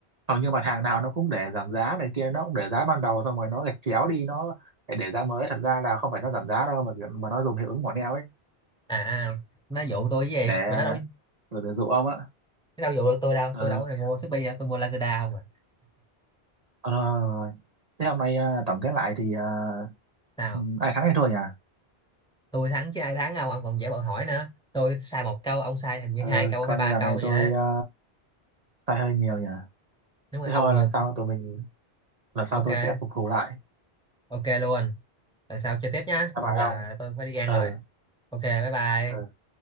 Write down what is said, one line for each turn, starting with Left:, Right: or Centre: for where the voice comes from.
Right: hầu như mặt hàng nào nó cũng để giảm giá này kia nó cũng để giá ban đầu xong rồi nó gạch chéo đi nó để để giá mới thật ra là không phải nó giảm giá đâu mà mà nó dùng hiệu ứng mỏ neo ấy
Centre: à à, nó dụ tôi với
Right: để
Centre: gì mà nó đâu
Right: để, để dụ ông á
Centre: nó đâu dụ được tôi đâu
Right: ừ
Centre: tôi đâu có hề mua Shopee đâu tôi mua Lazada không à
Right: Ờ, rồi, rồi. rồi. thế hôm nay à, tổng kết lại thì à,
Centre: nào
Right: ừ, ai thắng ai thua nhỉ
Centre: tôi thắng chứ ai thắng không ông còn dễ bọn hỏi nữa tôi sai một câu ông sai hình như
Right: Ờ,
Centre: hai câu
Right: coi
Centre: hay ba
Right: như là
Centre: câu
Right: này
Centre: vậy
Right: tôi
Centre: đó
Right: à, sai hơi nhiều nhỉ
Centre: đúng rồi
Right: thế
Centre: ông
Right: thôi
Centre: nhược
Right: lần sau tụi mình lần sau
Centre: ok
Right: tôi sẽ phục thù lại
Centre: ok luôn lần sau chơi tiếp nhá
Right: Hà
Centre: còn
Right: Nội
Centre: giờ
Right: không
Centre: tôi phải đi ăn
Right: ừ
Centre: rồi ok bye bye
Right: ừ